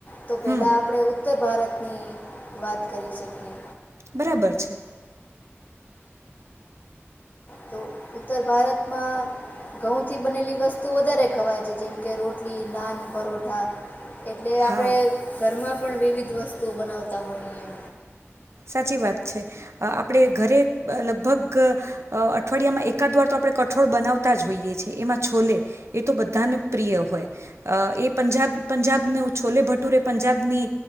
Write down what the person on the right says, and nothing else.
હમ
બરાબર છે.
હા
સાચી વાત છે. આપણે ઘરે લગભગ અઠવાડિયામાં એકાદ વાર તો આપણે કઠોળ બનાવતા જ હોઈએ છેએ એમાં છોલે એ તો બધાને પ્રિય હોય એ પંજાબ પંજાબને છોલે ભટુરે એ પંજાબની